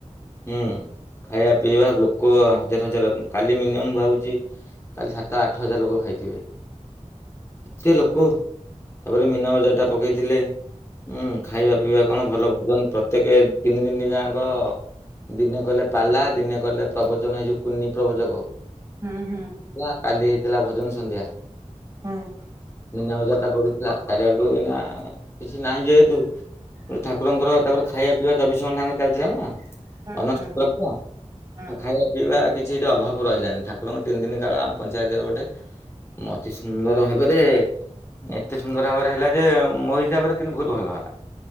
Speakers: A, on the left (about 20°); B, on the right (about 30°).
A: ହୁଁ ଖାଇବା ପିଇବା ଲୋକ ହଜାର ହଜାର କାଲି ମିନିମମ୍ ଭାବୁଛି। କାଲି ସାତ ଆଠ ହଜାର ଲୋକ ଖାଇଥିବେ ଏତେ ଲୋକ ତାପରେ ମୀନାବଜାରଟା ପକେଇଥିଲେ ଉଁ ଖାଇବା ପିଇବା କଣ ଭଲ ଭଜନ ପ୍ରତ୍ୟେକ ତିନି ଦିନ ଯାଁକ ଦିନେ କଲେ ପାଲା ଦିନେ କଲେ ପ୍ରବଚନ ଏଇ ଯୋଉ କୁନି ପ୍ରବଚକ
B: ଉଁ ହୁଁ।
A: ନା କାଲି ହେଇଥିଲା ଭଜନ ସନ୍ଧ୍ୟା।
B: ହଁ।
A: ମିନାବଜାରଟା ପଡୁଥିଲା ଚାରିଆଡୁ ଏଇନା କିଛି ନାହିଁ ଯେହେତୁ ଠାକୁରଙ୍କର ତାପରେ ଖାଇବା ପିଇବା ଚବିଶ ଘଣ୍ଟା ଆଁକ ଚାଲିଥିଲା ନା
B: ହୁଁ
A: ଅନ୍ନଛତ୍ର
B: ହୁଁ
A: ପରା
B: ହୁଁ।
A: ଆ ଖାଇବା ପିଇବା କିଛି ଏଠି ଅଭାବ ରହିଲାନି ଠାକୁରଙ୍କ ତିନି ଦିନି କାଳ ଆମ ପଞ୍ଚାୟତରେ ଗୋଟେ ଅତି ସୁନ୍ଦର ଭାବରେ ଏତେ ସୁନ୍ଦର ଭାବରେ ହେଲା ଯେ ମୋ ହିସାବରେ କିନ୍ତୁ ବୋହୁତ ଭଲ ହେଲା।